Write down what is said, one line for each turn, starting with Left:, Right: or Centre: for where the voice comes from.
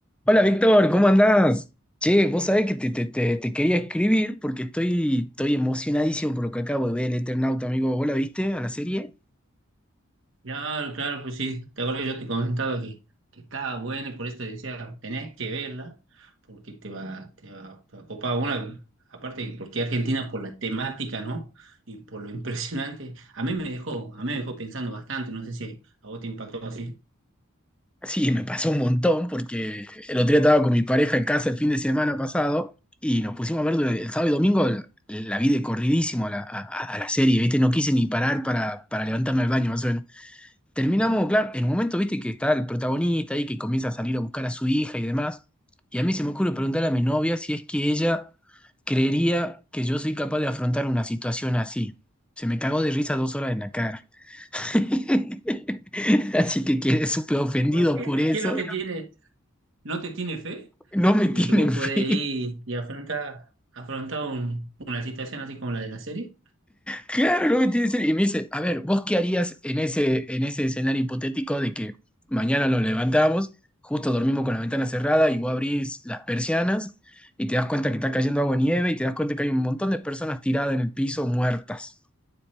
Centre: Hola Víctor, ¿cómo andás? Che, vos sabés que te, te- te- te quería escribir porque estoy, estoy emocionadísimo por lo que acabo de ver, el Eternauta, amigo. ¿Vos la viste a la serie?
Right: Claro, claro, pues sí, te acuerdas que yo te comentaba que, que estaba buena y por eso te decía, tenés que verla, porque te va, te va, te va a copar una, aparte porque Argentina por la temática, ¿no? Y por lo <laughs> impresionante, a mí me dejó, a mí me dejó pensando bastante, no sé si a vos te impactó así.
Centre: Sí, me pasó un montón porque el otro día estaba con mi pareja en casa el fin de semana pasado y nos pusimos a ver durante- el sábado y domingo, la, la vi de corridísimo a la, a- a a la serie, ¿viste? No quise ni parar para, para levantarme al baño, más o menos. Terminamos, claro, en un momento, viste, que está el protagonista ahí que comienza a salir a buscar a su hija y demás. Y a mí se me ocurre preguntar a mi novia si es que ella creería que yo soy capaz de afrontar una situación así. Se me cagó de risa dos horas en la cara. <laughs> Así que quedé súper ofendido
Right: ¿Por qué?
Centre: por eso.
Right: ¿Qué no te tiene, no te tiene fe
Centre: No me
Right: de
Centre: tienen
Right: que vos
Centre: fe.
Right: podés ir y afrontar, afrontar un- una situación así como la de la serie?
Centre: Claro, lo que tiene que ser. Y me dice, a ver, ¿vos qué harías en ese, en ese escenario hipotético de que mañana nos levantamos, justo dormimos con la ventana cerrada y vos abrís las persianas y te das cuenta que está cayendo agua y nieve y te das cuenta que hay un montón de personas tiradas en el piso muertas?